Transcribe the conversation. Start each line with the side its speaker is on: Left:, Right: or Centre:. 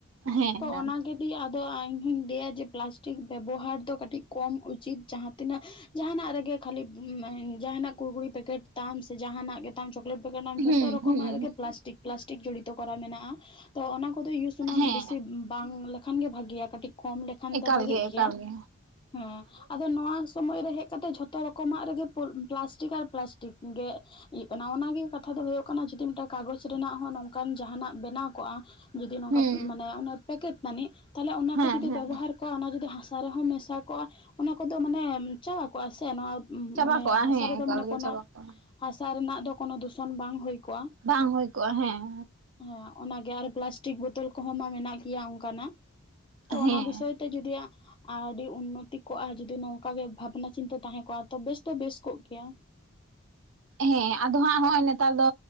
Right: ᱦᱮᱸ
Left: ᱛᱚ ᱚᱱᱟ ᱜᱮ ᱫᱤ <unintelligible> ᱫᱚ ᱤᱧ ᱦᱚᱸᱧ ᱞᱟᱹᱭᱟ ᱡᱮ ᱯᱞᱟᱥᱴᱤᱠ ᱵᱮᱵᱚᱦᱟᱨ ᱫᱚ ᱠᱟᱹᱴᱤᱡ ᱠᱚᱢ ᱩᱪᱤᱛ ᱡᱟᱦᱟᱸ ᱛᱤᱱᱟᱹᱜ ᱡᱟᱦᱟᱸᱱᱟᱜ ᱨᱮᱜᱮ ᱠᱷᱟᱹᱞᱤ ᱡᱟᱦᱟᱸᱱᱟᱜ ᱠᱩᱲᱠᱩᱲᱤ ᱯᱮᱠᱮᱴ ᱛᱟᱢ ᱥᱮ ᱡᱟᱦᱟᱸᱱᱟᱜ ᱜᱮ ᱛᱟᱢ ᱪᱚᱠᱞᱮᱴ ᱯᱮᱠᱮᱴ ᱱᱟᱜ ᱮᱢ ᱡᱷᱚᱛᱚ
Right: ᱦᱩᱸ
Left: ᱨᱚᱠᱚᱢᱟᱜ
Right: ᱦᱩᱸ
Left: ᱨᱮᱜᱮ ᱯᱞᱟᱥᱴᱤᱠ ᱯᱞᱟᱥᱴᱤᱠ ᱡᱚᱲᱤᱛᱚ ᱠᱚᱨᱟ ᱢᱮᱱᱟᱜᱼᱟ ᱛᱚ ᱚᱱᱟ ᱠᱚᱫᱚ ᱤᱭᱩᱥ ᱥᱩᱱᱩᱢ
Right: ᱦᱮᱸ
Left: ᱵᱤᱥᱤ ᱵᱟᱝ ᱞᱮᱠᱷᱟᱱ ᱜᱮ ᱵᱷᱟᱜᱮᱭᱟ ᱠᱟᱹᱴᱤᱡ ᱠᱚᱢ ᱞᱮ ᱠᱷᱟᱱ
Right: ᱮᱠᱟᱞ
Left: ᱫᱚ ᱵᱷᱟᱜᱮᱜ
Right: ᱜᱮ ᱮᱠᱟᱞ
Left: ᱜᱮᱭᱟ
Right: ᱜᱮ
Left: ᱦᱮᱸ ᱟᱫᱚ ᱱᱚᱣᱟ ᱥᱚᱢᱚᱭ ᱨᱮ ᱦᱮ ᱠᱟᱛᱮ ᱡᱷᱚᱛᱚ ᱨᱚᱠᱚᱢᱟᱜ ᱨᱮᱜᱮ ᱯᱞᱟᱥᱴᱤᱠ ᱟᱨ ᱯᱞᱟᱥᱴᱤᱠ ᱜᱮ ᱠᱟᱱᱟ ᱚᱱᱟᱜᱮ ᱠᱟᱛᱷᱟ ᱫᱚ ᱦᱩᱭᱩᱜ ᱠᱟᱱᱟ ᱡᱚᱫᱤ ᱢᱤᱫᱴᱟᱱ ᱠᱟᱜᱚᱡᱽ ᱨᱮᱱᱟᱜ ᱦᱚᱸ ᱱᱚᱝᱠᱟᱱ ᱡᱟᱦᱟᱱᱟᱜ ᱵᱮᱱᱟᱣ ᱠᱚᱜᱼᱟ ᱡᱩᱫᱤ ᱱᱚᱝᱠᱟ
Right: ᱦᱩᱸ
Left: ᱢᱟᱱᱮ ᱚᱱᱟ ᱯᱮᱠᱮᱴ ᱛᱟᱱᱤᱡ ᱛᱟᱦᱚᱞᱮ ᱚᱱᱟ
Right: ᱦᱮᱸ
Left: ᱠᱚ ᱡᱩᱫᱤ
Right: ᱦᱮᱸ
Left: ᱵᱮᱵᱚᱦᱟᱨ ᱠᱚᱣᱟ ᱚᱱᱟ ᱡᱩᱫᱤ ᱦᱟᱥᱟ ᱨᱮᱦᱚᱸ ᱢᱮᱥᱟ ᱠᱚᱜᱼᱟ ᱚᱱᱟ ᱠᱚᱫᱚ ᱢᱟᱱᱮ ᱪᱟᱵᱟ ᱠᱚᱜᱼᱟ ᱥᱮ ᱱᱚᱣᱟ
Right: ᱪᱟᱵᱟ
Left: ᱢᱟᱱᱮ
Right: ᱠᱚᱜᱼᱟ
Left: ᱦᱟᱥᱟ
Right: ᱦᱮᱸ
Left: ᱨᱮᱫᱚ
Right: ᱮᱠᱟᱞ
Left: ᱢᱟᱱᱮ
Right: ᱜᱮ
Left: ᱠᱚᱱᱚ
Right: ᱪᱟᱵᱟ ᱠᱚᱜᱼᱟ
Left: ᱦᱟᱥᱟ ᱨᱮᱱᱟᱜ ᱫᱚ ᱠᱚᱱᱚ ᱫᱩᱥᱚᱱ ᱵᱟᱝ ᱦᱩᱭ ᱠᱚᱜᱼᱟ
Right: ᱵᱟᱝ ᱦᱩᱭ ᱠᱚᱜᱼᱟ ᱦᱮᱸ
Left: ᱦᱮᱸ ᱚᱱᱟᱜᱮ ᱟᱨ ᱯᱞᱟᱥᱴᱤᱠ ᱵᱚᱛᱳᱞ ᱠᱚᱦᱚᱸ ᱢᱟ ᱢᱮᱱᱟᱜ ᱜᱮᱭᱟ ᱚᱱᱠᱟᱱᱟᱜ ᱛᱚ
Right: ᱦᱮᱸ
Left: ᱚᱱᱟ ᱵᱤᱥᱚᱭ ᱛᱮ ᱡᱩᱫᱤᱭᱟᱜ ᱟᱹᱰᱤ ᱩᱱᱱᱚᱛᱤ ᱠᱚᱜᱼᱟ ᱡᱚᱫᱤ ᱱᱚᱝᱠᱟᱜᱮ ᱵᱷᱟᱵᱱᱟ ᱪᱤᱱᱛᱟᱹ ᱛᱟᱦᱮᱸ ᱠᱚᱜᱼᱟ ᱛᱚ ᱵᱮᱥ ᱫᱚ ᱵᱮᱥ ᱠᱚᱜ ᱠᱮᱭᱟ
Right: ᱦᱮᱸ ᱟᱫᱚ ᱦᱟᱸᱜ ᱦᱚᱜᱼᱚᱭ ᱱᱮᱛᱟᱨ ᱫᱚ